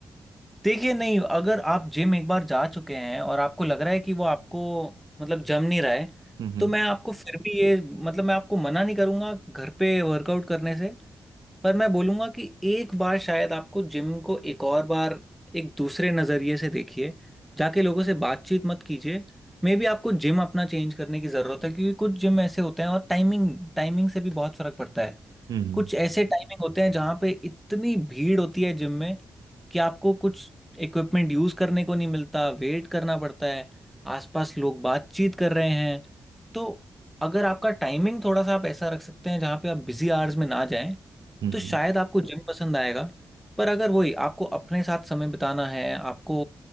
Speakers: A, in the centre; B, on the right (about 70°).
A: देखिए नहीं अगर आप जिम एक बार जा चुके हैं और आपको लग रहा है कि वो आपको मतलब जम नहीं रहा है
B: हम्म हम्म
A: तो मैं आपको फिर भी ये मतलब मैं आपको मना नहीं करूंगा घर पे वर्कआउट करने से पर मैं बोलूंगा कि एक बार शायद आपको जिम को एक और बार एक दूसरे नज़रिए से देखिए जाके लोगों से बातचीत मत कीजिए मे बी आपको जिम अपना चेंज करने की ज़रूरत है क्योंकि कुछ जिम ऐसे होते हैं और टाइमिंग टाइमिंग से भी बहुत फ़र्क पड़ता है
B: हम्म
A: कुछ ऐसे टाइमिंग होते हैं जहाँ पे इतनी भीड़ होती है जिम में कि आपको कुछ इक्विपमेंट यूज करने को नहीं मिलता वेट करना पड़ता है आसपास लोग बातचीत कर रहे हैं तो अगर आपका टाइमिंग थोड़ा सा आप ऐसा रख सकते हैं जहाँ पे आप बिजी आवर्स में ना जाएं
B: हम्म
A: तो शायद आपको जिम पसंद आएगा पर अगर वही आपको अपने साथ समय बिताना है आपको